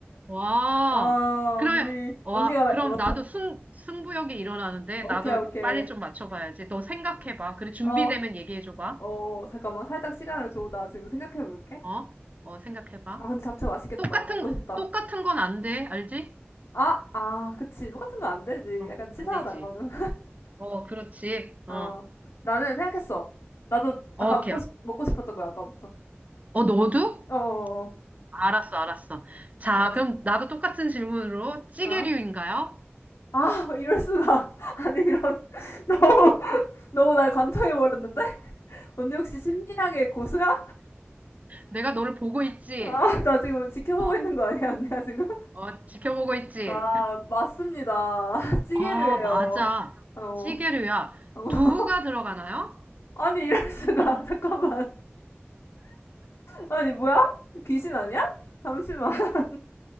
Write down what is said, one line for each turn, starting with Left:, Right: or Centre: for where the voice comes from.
Right: 와,
Left: 아,
Right: 그러면,
Left: 언니.
Right: 와,
Left: 언니가, 왜-
Right: 그럼
Left: 어, 맞춰.
Right: 나도 승, 승부욕이 일어나는데,
Left: 오케이,
Right: 나도
Left: 오케이.
Right: 빨리 좀 맞춰봐야지. 너 생각해봐. 그래, 준비되면
Left: 어,
Right: 얘기해줘봐.
Left: 어, 잠깐만. 살짝 시간을 줘. 나 지금 생각해볼게.
Right: 어? 어, 생각해봐.
Left: 아, 근데 잡채 맛있겠다.
Right: 똑같은,
Left: 먹고 싶다.
Right: 똑같은 건 안 돼. 알지?
Left: 아, 아, 그치. 똑같은 거 안 되지.
Right: 어,
Left: 약간 치사하다,
Right: 안 되지.
Left: 그거는.
Right: 어, 어, 그렇지. 어,
Left: 어, 나는 생각했어. 나도
Right: 어,
Left: 아까
Right: 오케이.
Left: 먹고, 싶, 먹고 싶었던 거야, 아까부터.
Right: 어, 너도?
Left: 어어어.
Right: 알았어, 알았어. 자,
Left: 어, 어.
Right: 그럼 나도 똑같은 질문으로 찌개류인가요?
Left: 어? 아, 이럴 수가. <laughs> 아니, 이런. <laughs> 너무, 너무 날 관통해버렸는데? 언니 혹시 심리학의 고수야?
Right: 내가 너를 보고 있지?
Left: 아, 나 지금 지켜보고
Right: 어,
Left: 있는 거 아니야, 언니야, 지금?
Right: 어, 지켜보고 있지?
Left: 아, 맞습니다. <laughs> 찌개를
Right: 아, 맞아.
Left: 해요. 어, 어.
Right: 찌개류야.
Left: <laughs>
Right: 두부가 들어가나요?
Left: 아니, 이럴 수가. <laughs> 잠깐만. 아니, 뭐야? 귀신 아니야? 잠시만. <laughs>